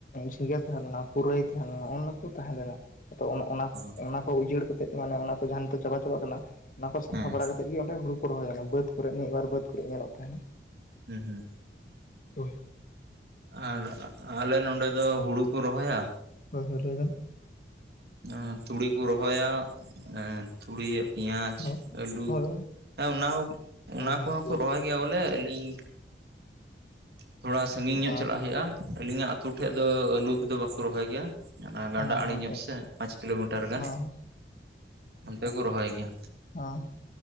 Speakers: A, on the left; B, on the right.
A: ᱡᱷᱤᱸᱜᱟᱹ ᱛᱟᱦᱮᱸ ᱞᱮᱱᱟ, ᱯᱩᱨᱟᱹᱭ ᱛᱟᱦᱮᱸ ᱞᱮᱱᱟ ᱚᱱᱱᱟ ᱠᱚ ᱛᱟᱦᱮᱸ ᱞᱮᱱᱟ ᱟᱫᱚ ᱚᱱ ᱚᱱᱟ
B: ᱚ
A: ᱚᱱᱟ ᱠᱚ ᱩᱡᱟᱹᱲ ᱠᱟᱛᱮᱫ ᱢᱟᱱᱮ ᱚᱱᱟ ᱠᱚ ᱡᱟᱦᱟᱸ ᱱᱤᱛᱚᱜ ᱪᱟᱵᱟ ᱪᱟᱵᱟᱜ ᱠᱟᱱᱟ ᱚᱱᱟ ᱠᱚ ᱥᱟᱯᱷᱟ
B: ᱦᱮᱸ
A: ᱵᱟᱲᱟ ᱠᱟᱛᱮᱫ ᱜᱮ ᱚᱸᱰᱮ ᱦᱩᱲᱩ ᱠᱚ ᱨᱚᱦᱚᱭᱟ ᱚᱱᱟ ᱵᱟᱹᱫᱽ ᱠᱚᱨᱮ ᱢᱤᱫ ᱵᱟᱨ ᱵᱟᱹᱫᱽ ᱠᱚᱨᱮᱜ ᱧᱮᱞᱚᱜ ᱛᱟᱦᱮᱸᱱᱟ᱾
B: ᱦᱩᱸ ᱦᱩᱸ᱾
A: ᱦᱳᱭ᱾
B: ᱟᱨ ᱟᱞᱮ ᱱᱚᱸᱰᱮ ᱫᱚ ᱦᱩᱲᱩ ᱠᱚ ᱨᱚᱦᱚᱭᱟ,
A: ᱦᱳᱭ ᱦᱳᱭ ᱞᱟᱹᱭ ᱵᱮᱱ᱾
B: ᱟᱨ ᱛᱩᱲᱤ ᱠᱚ ᱨᱚᱦᱚᱭᱟ, ᱮᱸ ᱛᱩᱲᱤ ᱯᱮᱸᱭᱟᱡ,
A: ᱦᱳᱭ
B: ᱟᱹᱞᱩ
A: ᱦᱳᱭ
B: ᱦᱮᱸ ᱚᱱᱟ ᱦᱚᱸ
A: ᱦᱳᱭ
B: ᱚᱱᱟ
A: ᱦᱳᱭ
B: ᱠᱚᱦᱚᱸ
A: ᱛᱩᱲᱤ
B: ᱠᱚ ᱨᱚᱦᱚᱭ ᱜᱮᱭᱟ ᱵᱚᱞᱮ ᱟᱹᱞᱤᱧ ᱛᱷᱚᱲᱟ ᱥᱟᱺᱜᱤᱧ ᱧᱚᱜ
A: ᱟᱨ
B: ᱪᱟᱞᱟᱜ ᱦᱩᱭᱩᱜ-ᱟ ᱟᱹᱞᱤᱧᱟᱜ ᱟᱹᱛᱩ ᱴᱷᱮᱡ ᱫᱚ ᱟᱹᱞᱩ ᱠᱚᱫᱚ ᱵᱟᱠᱚ ᱨᱚᱦᱚᱭ ᱜᱮᱭᱟ᱾ ᱧᱟᱞᱟ ᱜᱟᱰᱟ
A: ᱟᱪᱪᱷᱟ
B: ᱟᱲᱮ ᱧᱚᱜ ᱥᱮᱫ ᱯᱟᱸᱪ ᱠᱤᱞᱳᱢᱤᱴᱟᱨ
A: ᱦᱮᱸ
B: ᱜᱟᱱ, ᱚᱱᱛᱮ ᱠᱚ ᱨᱚᱦᱚᱭ ᱜᱮᱭᱟ᱾
A: ᱦᱚᱸ᱾